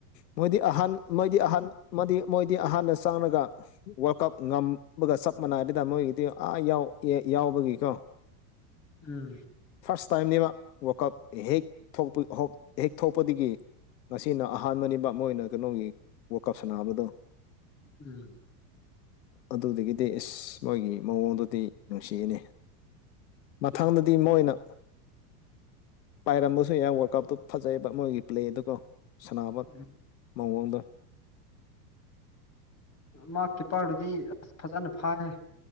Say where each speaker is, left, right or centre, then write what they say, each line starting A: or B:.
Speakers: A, on the left; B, on the left.
A: ꯃꯣꯏꯗꯤ ꯑꯍꯥꯟ ꯃꯣꯏꯗꯤ ꯑꯍꯥꯟ ꯃꯣꯏꯗꯤ ꯃꯣꯏꯗꯤ ꯑꯍꯥꯟꯅ ꯆꯡꯔꯥꯒ ꯋꯥꯂꯔꯜ ꯀꯞ ꯉꯝꯕꯒ ꯆꯞ ꯃꯥꯟꯅꯗꯦꯗꯥ ꯃꯣꯏꯒꯤꯗꯤ ꯑꯥ ꯌꯥꯎꯕꯒꯤꯀꯣ
B: ꯎꯝ
A: ꯐꯥꯔꯁ ꯇꯥꯏꯝꯅꯦꯕ ꯋꯥꯔꯀꯞ ꯍꯦꯛ ꯊꯣꯛ ꯍꯦꯛ ꯊꯣꯄꯗꯒꯤ ꯉꯁꯤꯅ ꯑꯍꯥꯟꯕ ꯅꯤꯕ ꯃꯣꯏꯅ ꯀꯩꯅꯣꯒꯤ ꯋꯣꯀꯞ ꯁꯥꯟꯅꯥꯕꯗꯣ
B: ꯎꯝ
A: ꯑꯗꯨꯗꯥꯒꯤꯗꯤ ꯏꯁ ꯃꯣꯏꯒꯤ ꯃꯥꯑꯣꯡꯗꯨꯗꯤ ꯅꯨꯡꯁꯤꯅꯦ꯫ ꯃꯊꯪꯗꯗꯤ ꯃꯣꯏꯅ ꯄꯥꯏꯔꯝꯕꯁꯨ ꯌꯥ ꯋꯥꯜ ꯀꯞꯇꯣ ꯐꯖꯩꯕ ꯃꯣꯏꯒꯤ ꯄ꯭ꯂꯦꯗꯣꯀꯣ ꯁꯥꯟꯅꯕ
B: ꯎꯝ
A: ꯃꯑꯣꯡꯗꯣ
B: ꯃꯥ ꯀꯤꯞꯄꯔꯗꯨꯗꯤ ꯑꯁ ꯐꯖꯅ ꯐꯥꯏꯍꯦ